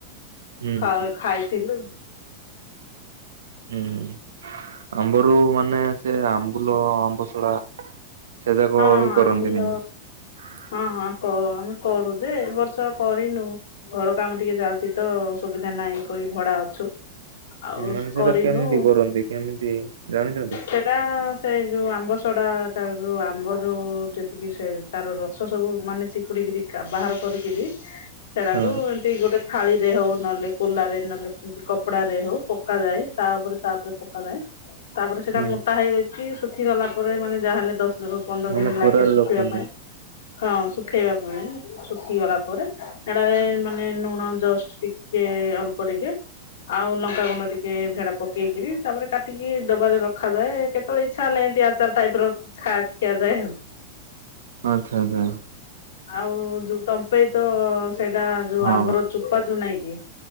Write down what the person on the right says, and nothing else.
ହୁଁ
ହୁଁ ଆମ୍ବରୁ ମାନେ ସେ ଆମ୍ବୁଲ ଆମ୍ବଶଢା ସେ ଯାକ
ବି କରନ୍ତିନିକି
ମାନେ ସେଇଟା
କେମିତି କରନ୍ତି କେମିତି ଜାଣିଛନ୍ତି?
ହଁ।
ହୁଁ
ମାନେ
ଖରାରେ
ରଖନ୍ତି।
ଆଚ୍ଛା ଆଚ୍ଛା
ହଁ